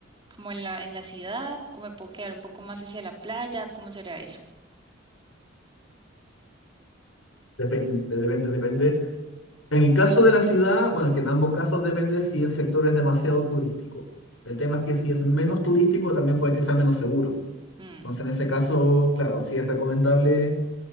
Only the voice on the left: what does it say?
Depende, depende, depende En el caso de la ciudad, bueno, es que en ambos casos depende si el sector es demasiado turístico. El tema es que si es menos turístico, también puede que sea menos seguro.
Entonces, en ese caso, claro, sí es recomendable,